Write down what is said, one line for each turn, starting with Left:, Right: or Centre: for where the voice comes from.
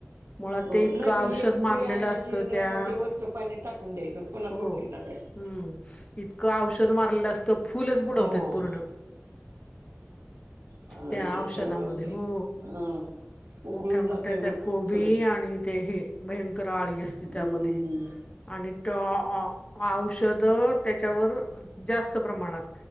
Left: मुळात
Right: हो
Left: ते इतकं
Right: नाही पण
Left: औषध
Right: एक उकळी
Left: मारलेलं
Right: आणायची
Left: असतं
Right: अन्
Left: त्या
Right: ते वरचं पाणी टाकून द्यायचं पुन्हा
Left: हो
Right: फुडणी टाकायची
Left: हम्म इतकं औषध मारलेल असतं फुलच
Right: हो.
Left: बुडवतेत पूर्ण
Right: अ
Left: त्या
Right: त्याच्यामुळे
Left: औषधामध्ये
Right: मग ते
Left: हो
Right: अ उकळून
Left: मोठ्या मोठ्या
Right: जातय मग
Left: त्या कोबी
Right: थोडस
Left: आणि ते हे भयंकर आळी असते
Right: हम्म.
Left: त्यामध्ये आणि त औषधं त्याच्यावर जास्त प्रमाणात